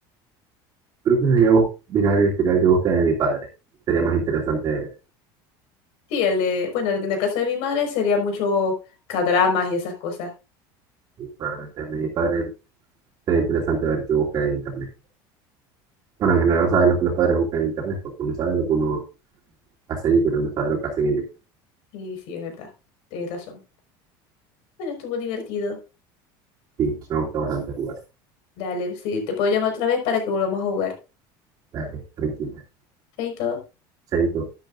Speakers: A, on the right; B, on the left.
A: Creo que debería bus- mirar el historial de búsqueda de mi padre. Sería más interesante ver.
B: Sí, el de, bueno, en el caso de mi madre sería mucho cadramas y esas cosas.
A: Sí, probablemente el de mi padre sería interesante ver qué busca en internet. Bueno, en general sabes lo que los padres buscan en internet, porque uno sabe lo que uno hace allí, pero no sabe lo que hacen ellos.
B: Y sí, es verdad, tienes razón. Bueno, estuvo divertido.
A: Sí, me gusta bastante jugar.
B: Dale, sí, te puedo llamar otra vez para que volvamos a jugar.
A: Dale, tranquila.
B: Chaito.
A: Chaito.